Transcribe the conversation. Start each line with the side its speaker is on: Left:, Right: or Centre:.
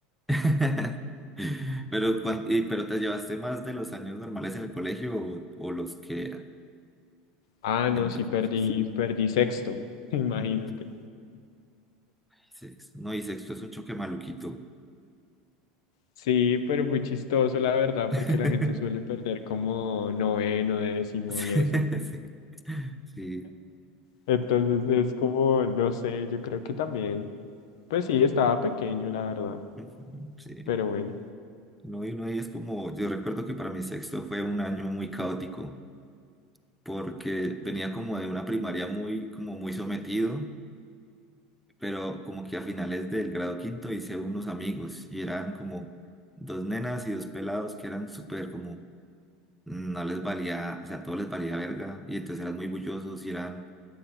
Centre: <laughs> Pero, cuan- y- pero te llevaste más de los años normales en el colegio o, o los que eran,
Left: Ah, no,
Centre: entre
Left: sí,
Centre: comillas.
Left: perdí, perdí sexto, <laughs> imagínate.
Centre: Ujú. Sexto. No, y sexto es un choque maluquito.
Left: Sí, pero muy chistoso, la verdad,
Centre: <laughs>
Left: porque la gente suele perder como noveno, décimo
Centre: Sí,
Left: y eso.
Centre: sí.
Left: Entonces es como, no sé, yo creo que también. Pues sí, estaba pequeño, la verdad,
Centre: Ujú, sí.
Left: pero bueno.
Centre: No, y uno ahí es como, yo recuerdo que para mi sexto fue un año muy caótico, porque venía como de una primaria muy, como muy sometido, pero como que a finales del grado quinto hice unos amigos y eran como dos nenas y dos pelados que eran súper como, no les valía, o sea, todo les valía verga, y entonces eran muy bullosos y eran